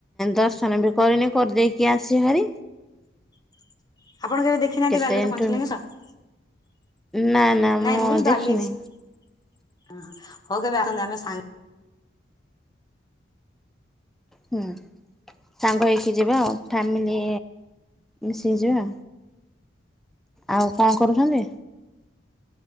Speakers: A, in the centre; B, on the left.
A: ଦର୍ଶନ ବି କରିନି କରିଦେଇକି ଆସିବ ଭାରି
B: <inaudible> ଆପଣ କେବେ ଦେଖିନାହାନ୍ତି
A: କେତେ
B: -ବାଲେଶ୍ୱର
A: ଏଠୁ
B: ପଞ୍ଚଇଲିଙ୍ଗେଶ୍ୱର?
A: ନା ନା
B: ନାଇଁ ମୁଁ କହିଲି
A: ଦେଖିନି
B: ବାଲି <unintelligible> ଅସି ହଉ କେବେ <unintelligible> ଆସନ୍ତୁ ଆମେ ସାଙ୍ଗ
A: ହୁଁ ସାଙ୍ଗ ହେଇକି ଯିବା ଆଉ ଫ୍ୟାମିଲି ମିଶିକି ଯିବା। ଆଉ କଣ କରୁଛନ୍ତି?